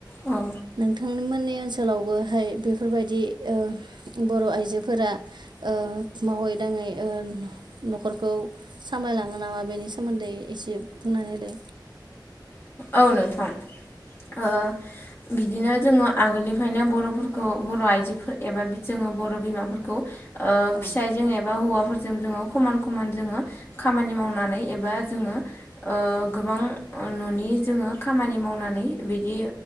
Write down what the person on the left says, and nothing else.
औ
औ नोंथां ओ बिदिनो जोङो आगोलनिफ्रायनो बर'फोरखौ बर' आइजोफोर एबा जोङो बर' बिमाफोरखौ ओ
फिसाइ जों एबा हौवा फोरजों जोंङो खमान खामान जोंङो खामानि मावनानै एबा जोंङो ओ गोबां अ न'नि जोंङो खामानि मावनानै बिदि